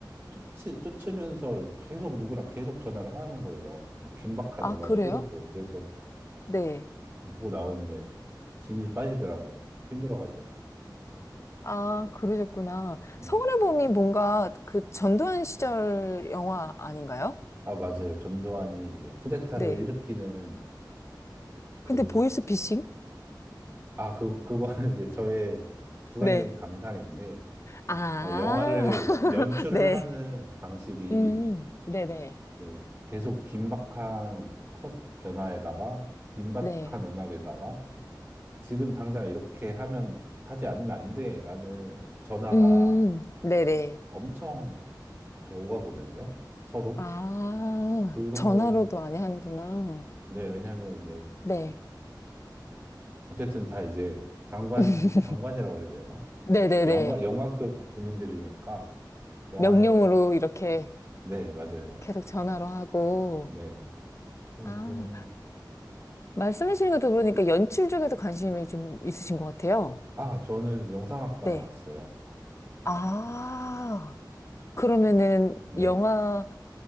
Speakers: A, on the right; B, on the left.
A: 쫓, 쫓으면서 이렇게 계속 누구랑 계속 전화를 하는 거예요. 막 긴박한
B: 아,
A: 음악이
B: 그래요?
A: 흐르고. 그래서
B: 네.
A: 보고 나오는데 진이 빠지더라고요. 힘들어가지고.
B: 아, 그러셨구나.
A: 네.
B: 서울의 봄이 뭔가 그 전두환 시절 영화 아닌가요?
A: 아, 맞아요. 전두환이 이제 쿠데타를
B: 네.
A: 일으키는 그,
B: 근데 보이스 피싱이요?
A: 아, 그, 그거는 <laughs> 이제 저의 주관적인
B: 네.
A: 감상인데,
B: 아,
A: 어, 영화를
B: <laughs>
A: 연출을
B: 네.
A: 하는 방식이
B: 음, 네네.
A: 이제 계속 긴박한 컷 변화에다가 긴박한
B: 네. 네.
A: 음악에다가 지금 당장 이렇게 하면 하지 않으면 안 돼라는 전화가
B: 음, 네네.
A: 엄청 이렇게 오가거든요. 서로
B: 아,
A: 그런
B: 전화로도
A: 걸
B: 많이 하는구나.
A: 네, 왜냐하면 이제
B: 네.
A: 어쨌든 다 이제 장관
B: <laughs>
A: 장관이라고 해야 되나?
B: 네네네.
A: 영관 영관급 군인들이니까 영화에
B: 명령으로 이렇게
A: 네, 맞아요.
B: 계속 전화로 하고.
A: 네. 음,
B: 아,
A: 그런
B: 말씀해주신 것도 그러니까 연출 쪽에도 관심이 좀 있으신 것 같아요.
A: 아, 저는 영상학과
B: 네.
A: 나왔어요.
B: 아, 그러면은
A: 네,
B: 영화를